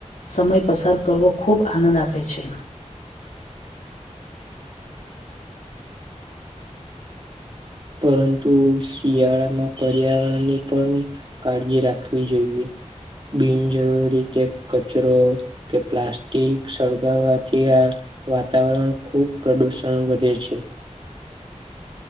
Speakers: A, on the left; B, on the right.
A: સમય પસાર કરવો ખૂબ આનંદ આપે છે.
B: પરંતુ શિયાળામાં પર્યાવરણની પણ કાળજી રાખવી જોઈએ. બિનજરૂરી રીતે કચરો કે પ્લાસ્ટિક સળગાવવાથી આ વાતાવરણ ખુબ પ્રદુષણ વધે છે.